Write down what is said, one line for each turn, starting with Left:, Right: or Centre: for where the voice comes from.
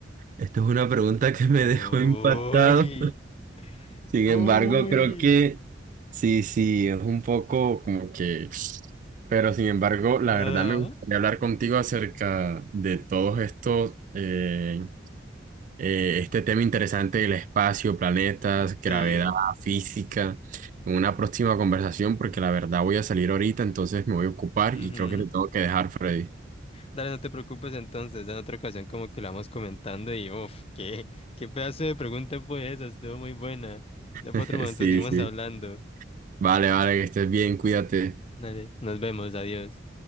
Right: Esto es una pregunta que me
Left: Uy,
Right: dejó impactado. Sin
Left: uy.
Right: embargo, creo que sí, sí, es un poco como que... Pero sin embargo, la
Left: Ah,
Right: verdad me gustaría hablar contigo acerca de todos estos, eh, eh, este tema interesante del espacio, planetas, gravedad,
Left: sí.
Right: física, en una próxima conversación, porque la verdad voy a salir ahorita, entonces me voy a ocupar
Left: Ujú.
Right: y creo que te tengo que dejar, Freddy.
Left: Dale, no te preocupes entonces, ya en otra ocasión como que lo vamos comentando y uff, qué, qué pedazo de pregunta fue esa, estuvo muy buena.
Right: <laughs>
Left: Ya para otro momento
Right: Sí,
Left: seguimos
Right: sí.
Left: hablando.
Right: Vale, vale, que estés bien, cuídate.
Left: Dale, nos vemos, adiós.